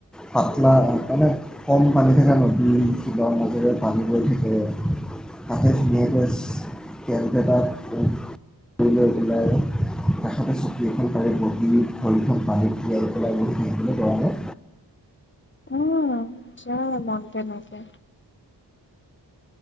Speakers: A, in the centre; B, on the left.
A: পাতলা মানে কম পানী থাকে নদী শিলৰ মাজেৰে পানী গৈ থাকে, তাকে ধুনীয়াকৈ <unintelligible> লৈ পেলাই কাষতে চকী এখন পাৰি বহি ভৰিখন পানীত তিয়াই পেলাই বহি থাকিব পৰা হয়।
B: অহ, যায় মন তেনেকে।